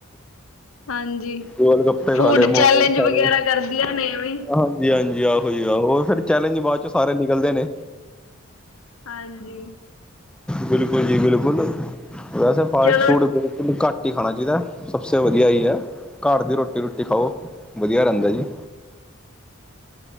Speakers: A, on the left; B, in the centre.
A: ਹਾਂਜੀ
B: ਗੋਲ ਗੱਪੇ
A: ਫੂਡ
B: ਖਾ ਲਏ, ਮੋਮੋਜ਼
A: ਚੈਲੇਂਜ
B: ਖਾ
A: ਵਗੈਰਾ
B: ਲਏ,
A: ਕਰਦੀਆਂ ਨੇ ਐਵੇਂ
B: ਹਾਂਜੀ-ਹਾਂਜੀ ਆਪ। ਉਹ ਫਿਰ ਚੈਲੇਂਜ ਬਾਅਦ ਚ ਸਾਰੇ ਨਿਕਲਦੇ ਨੇ
A: ਹਾਂਜੀ
B: ਬਿਲਕੁਲ ਜੀ ਬਿਲਕੁਲ, ਵੈਸੇ ਫਾਸਟ
A: ਚਲੋ
B: ਫੂਡ ਬ ਘੱਟ ਹੀ ਖਾਣਾ ਚਾਹੀਦਾ, ਸਭਸੇ ਵਧੀਆ ਇਹ ਹੀ ਹੈ ਘਰ ਦੀ ਰੋਟੀ ਰੋਟੀ ਖਾਓ। ਵਧੀਆ ਰਹਿੰਦਾ ਜੀ।